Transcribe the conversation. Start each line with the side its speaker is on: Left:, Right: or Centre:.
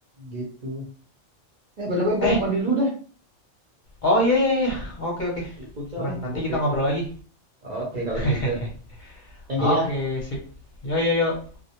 Right: Gitu. Eh, by the way, gue
Left: Eh,
Right: mau mandi dulu dah.
Left: oh iya, iya, iya. Oke, oke.
Right: Habis Futsal
Left: Aman,
Right: nih,
Left: nanti
Right: bau keringat.
Left: kita ngobrol lagi.
Right: Oke, kalau
Left: <laughs>
Right: gitu. Thank
Left: Oke,
Right: you ya.
Left: sip. Yo, yo, yo.